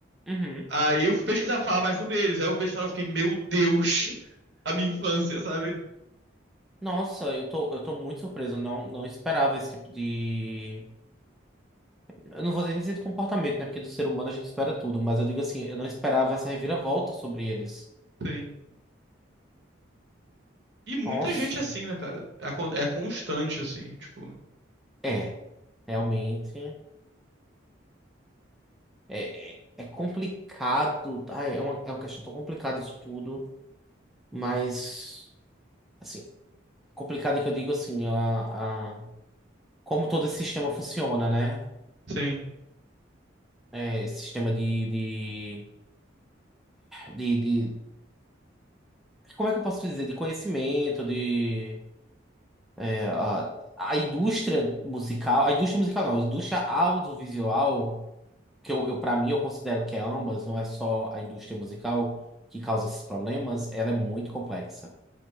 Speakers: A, in the centre; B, on the right.
A: Uhum.
B: Aí eu fui pesquisar pra falar mais sobre eles. Aí eu vi a história e fiquei, meu Deus, <laughs> a minha infância, sabe?
A: Nossa, eu tô, eu tô muito surpreso. Eu Não, não esperava esse tipo de. Eu não vou dizer nem dizer de comportamento, né? Porque do ser humano a gente espera tudo. Mas eu digo assim, eu não esperava essa reviravolta sobre eles.
B: Sim. E muita
A: Nossa.
B: gente é assim, né, cara? É, con- é constante, assim, tipo,
A: É, realmente. É, é é complicado. Ah, é uma, é uma questão tão complicada isso tudo, mas assim, complicada que eu digo assim, a, a- como todo esse sistema funciona, né?
B: sim.
A: É, esse sistema de, de, de, de- Como é que eu posso dizer? De conhecimento, de. é, a, a indústria musical. A indústria musical não, a indústria audiovisual, que eu, eu para mim eu considero que é ambas, não é só a indústria musical que causa esses problemas, ela é muito complexa.